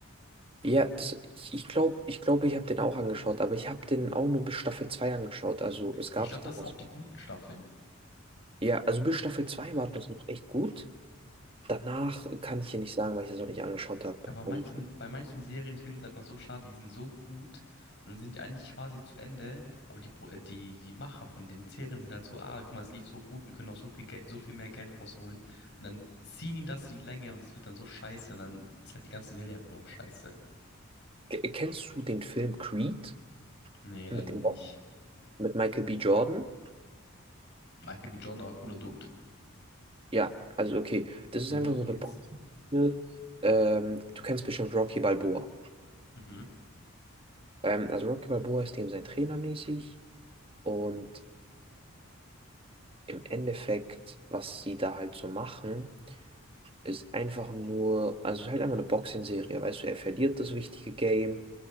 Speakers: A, on the right; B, on the left.
A: Ja, das, ich, ich glaube, ich glaube, ich habe den auch angeschaut, aber ich habe den auch nur bis Staffel 2 angeschaut. Also es gab
B: Ich glaube,
A: Star
B: das
A: Wars.
B: sind auch die guten Staffeln.
A: Ja, also bis Staffel 2 war das noch echt gut. Danach kann ich hier nicht sagen, weil ich das auch nicht angeschaut habe.
B: Ja, bei manchen,
A: Und,
B: bei manchen Serien, ich finde es einfach so schade, die sind so gut und dann sind die eigentlich quasi zu Ende, aber die, Pro- äh, die, die Macher von den Serien sind halt so, ah, guck mal, es lief so gut, wir können noch so viel Geld, so viel mehr Geld rausholen. Und dann ziehen die das in die Länge und es wird dann so scheiße. Und dann ist halt die ganze Serie einfach nur noch scheiße.
A: K- Kennst du den Film Creed
B: Nee,
A: mit
B: leider
A: dem
B: nicht.
A: Box, mit Michael B. Jordan?
B: Michael B. Jordan, aber cooler Dude.
A: Ja, also okay, das ist
B: Nee,
A: einfach
B: worum
A: so
B: geht's?
A: eine Box. Ähm, du kennst bestimmt Rocky Balboa.
B: Mhm.
A: Ähm, also Rocky Balboa ist dem sein Trainer mäßig und im Endeffekt, was sie da halt so machen. ist einfach nur, also es ist halt einfach eine Boxing-Serie, weißt du, er verliert das wichtige Game,